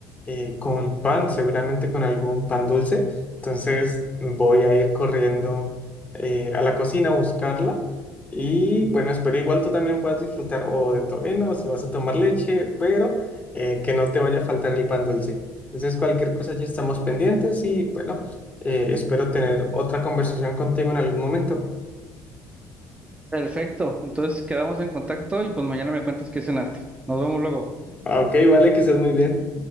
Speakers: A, on the left; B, on the right.
A: eh, con pan, seguramente con algún pan dulce. Entonces, voy a ir corriendo eh, a la cocina a buscarla. Y bueno, espero igual tú también puedas disfrutar o de tu avena o si vas a tomar leche, pero eh, que no te vaya a faltar el pan dulce. Entonces, cualquier cosa ya estamos pendientes y bueno, eh, espero tener otra conversación contigo en algún momento.
B: Perfecto, entonces quedamos en contacto y pues mañana me cuentas qué cenaste. Nos vemos luego.
A: Ah, ok, vale, que estés muy bien.